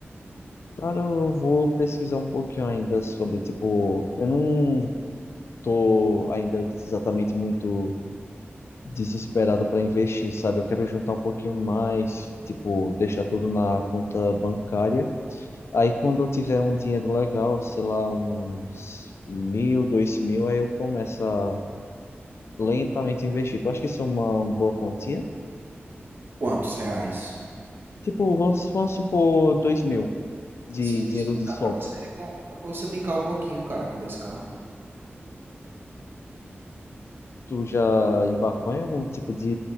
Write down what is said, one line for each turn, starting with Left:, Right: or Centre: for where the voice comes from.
Left: Cara, eu vou pesquisar um pouquinho ainda sobre, tipo, eu não tô ainda exatamente muito desesperado para investir, sabe? Eu quero juntar um pouquinho mais, tipo, deixar tudo na conta bancária. Aí quando eu tiver um dinheiro legal, sei lá, uns mil, dois mil, aí eu começo a lentamente investir. Tu acha que isso é uma boa quantia?
Right: Quantos reais?
Left: Tipo, vamos, vamos supor dois mil de
Right: Sim,
Left: dinheiro
Right: sim,
Left: de
Right: dá
Left: sobra.
Right: para você, com- dá pra você brincar um pouquinho, cara, com 2K.
Left: Tu já embarcou em algum tipo de